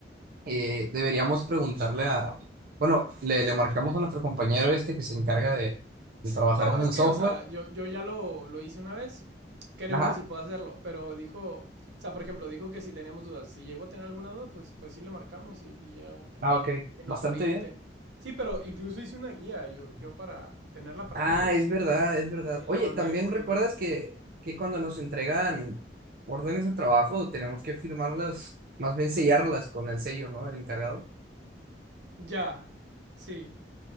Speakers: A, on the right; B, on the right.
A: eh, deberíamos preguntarle a. Bueno, le, le marcamos a nuestro compañero este que se encarga de, de trabajar
B: No,
A: con
B: es
A: el
B: que,
A: software.
B: o sea, yo, yo ya lo, lo hice una vez, creo
A: Ajá.
B: que sí puedo hacerlo, pero dijo, o sea, por ejemplo, dijo que si teníamos dudas, si llego a tener alguna duda, pues, pues sí le marcamos y, y ya
A: Ah, ok,
B: que nos
A: bastante
B: oriente.
A: bien.
B: Sí, pero incluso hice una guía, yo, yo para tenerla para
A: Ah,
B: mí, pues,
A: es verdad, es verdad.
B: y la
A: Oye,
B: mandé
A: también
B: ahí por
A: recuerdas
B: el grupo.
A: que, que cuando nos entregan órdenes de trabajo tenemos que firmarlas, más bien sellarlas con el sello, ¿no? Del encargado.
B: Ya, sí.